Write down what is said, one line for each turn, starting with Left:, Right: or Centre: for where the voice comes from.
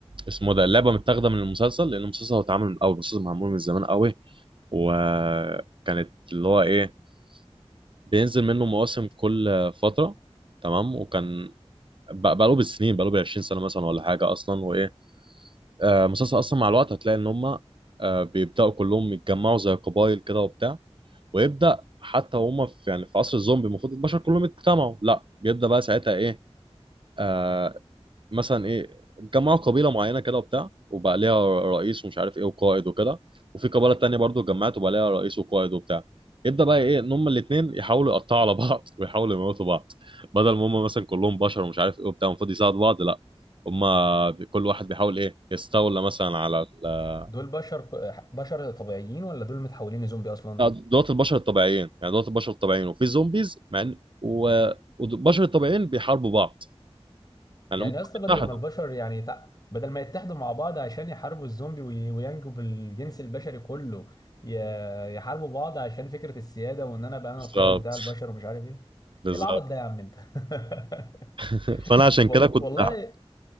Right: اسمه ده اللعبه متاخده من المسلسل لان المسلسل هو اتعمل من الاول المسلسل معمول من زمان قوي وكانت اللي هو ايه بينزل منه مواسم كل فترة تمام وكان بق- بقاله بالسنين بقاله بالعشرين سنة مثلا ولا حاجة أصلا وإيه آه مسلسل أصلا مع الوقت هتلاقي إن هما آه بيبدأوا كلهم يتجمعوا زي قبايل كده وبتاع ويبدأ حتى هما في يعني في عصر الزومبي المفروض البشر كلهم يتجمعوا لا بيبدأ بقى ساعتها إيه آه، مثلا ايه جمعوا قبيله معينه كده وبتاع وبقى ليها رئيس ومش عارف ايه وقائد وكده وفي قبيله تانية برضو اتجمعت وبقى ليها رئيس وقائد وبتاع يبدا بقى ايه ان هم الاثنين يحاولوا يقطعوا على بعض <laughs> ويحاولوا يموتوا بعض بدل ما هم مثلا كلهم بشر ومش عارف ايه وبتاع المفروض يساعدوا بعض لا هم كل واحد بيحاول ايه يستولى مثلا على ال-
Left: دول بشر ك- آه، بشر طبيعيين ولا دول متحولين لزومبي اصلا
Right: آه، دولات البشر الطبيعيين يعني دولات البشر الطبيعيين وفي زومبيز مع ان و... والبشر الطبيعيين بيحاربوا بعض يعني
Left: يعني
Right: هم
Left: يا اسطى بدل
Right: اتحدوا
Left: ما البشر يعني تع- بدل ما يتحدوا مع بعض عشان يحاربوا الزومبي وي- وينجوا بالجنس البشري كله ي- يحاربوا بعض عشان فكرة السيادة وان انا ابقى انا
Right: بالظبط
Left: القائد بتاع البشر ومش عارف ايه
Right: بالظبط
Left: ايه العبط ده يا عم انت <laughs>
Right: <laughs> فانا عشان
Left: وال-
Right: كده كنت
Left: والله